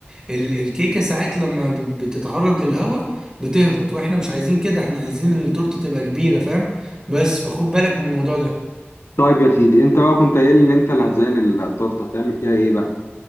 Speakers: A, on the right; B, on the left.
A: ال- الكيكه ساعات لما ب- بتتعرض للهواء بتهبط واحنا مش عايزين كده احنا عايزين التورته تبقى كبيره فاهم بس فخد بالك من الموضوع ده
B: طيب يا سيدي انت بقى كنت قايل ان انت اللي هتزين التورته هتعمل فيها ايه بقى